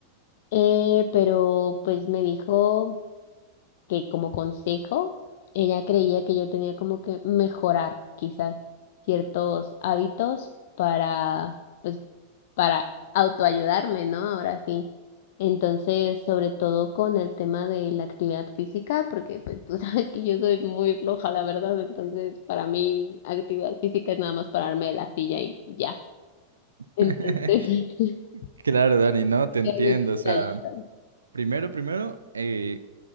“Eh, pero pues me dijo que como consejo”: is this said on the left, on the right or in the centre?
Left